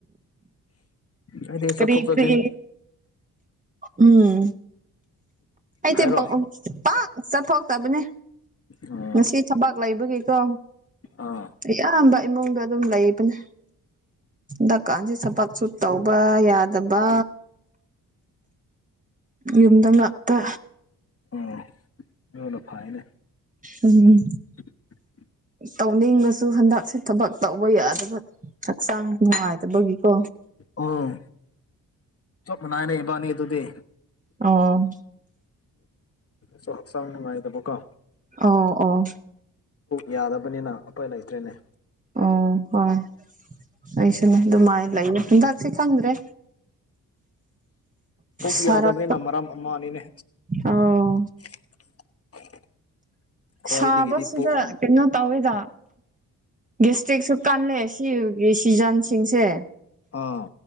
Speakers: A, on the left (about 35°); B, on the right (about 20°).
A: ꯍꯥꯏꯗꯤ ꯆꯠꯊꯣꯛ
B: ꯀꯔꯤ
A: ꯆꯠꯁꯤꯟ
B: ꯀꯔꯤ ꯎꯝ
A: ꯍꯥꯏꯔꯣ
B: <unintelligible> ꯄꯥꯛ ꯆꯠꯊꯣꯛꯇꯕꯅꯦ
A: ꯑꯥ
B: ꯉꯁꯤ ꯊꯕꯛ ꯂꯩꯕꯒꯤꯀꯣ
A: ꯑꯥ
B: ꯑꯌꯥꯝꯕ ꯏꯃꯨꯡꯗ ꯑꯗꯨꯝ ꯂꯩꯕꯅꯦ ꯗꯀꯥꯟꯁꯤ ꯊꯕꯛꯁꯨ ꯇꯧꯕ ꯌꯥꯗꯕ ꯌꯨꯝꯗ ꯉꯥꯛꯇ
A: ꯎꯝ ꯑꯗꯨꯅ ꯐꯥꯏꯅꯦ
B: ꯎꯝ
A: <unintelligible>
B: ꯇꯧꯅꯤꯡꯉꯁꯨ ꯍꯟꯗꯛꯁꯦ ꯊꯕꯛ ꯇꯧꯕ ꯌꯥꯗꯕ ꯍꯛꯆꯥꯡ ꯅꯨꯡꯉꯥꯏꯇꯕꯒꯤꯀꯣ
A: ꯑꯣ ꯆꯞ ꯅꯦꯕꯥꯅꯤ ꯑꯗꯨꯗꯤ
B: ꯑꯣ
A: ꯁꯨ ꯍꯛꯆꯥꯡ ꯅꯨꯡꯉꯥꯏꯗꯕ ꯀꯣ
B: ꯑꯣ ꯑꯣ
A: ꯌꯥꯗꯕꯅꯤꯅ ꯑꯐꯣꯏ ꯂꯩꯇꯣꯏꯅꯦ
B: ꯑꯣ ꯍꯣꯏ ꯑꯩꯁꯨꯅꯦ ꯑꯗꯨꯃꯥꯏꯅ ꯂꯩꯌꯦ ꯍꯟꯇꯥꯛ ꯁꯤ ꯈꯪꯗ꯭ꯔꯦ
A: ꯄꯨꯛ
B: ꯁꯔꯠ
A: ꯌꯥꯗꯕꯅꯤꯅ ꯃꯔꯝ ꯑꯃꯅꯤꯅꯦ
B: ꯑꯥ
A: <unintelligible> ꯈ꯭ꯋꯥꯏꯗꯒꯤꯗꯤ
B: ꯁꯥꯕꯁꯤꯗ
A: ꯄꯨꯛ
B: ꯀꯩꯅꯣ ꯇꯧꯋꯤꯗ ꯒꯦꯁꯇ꯭ꯔꯤꯛꯁꯨ ꯀꯜꯂꯦ ꯁꯤꯒꯤ ꯁꯤꯖꯟꯁꯤꯡꯁꯦ
A: ꯑꯥ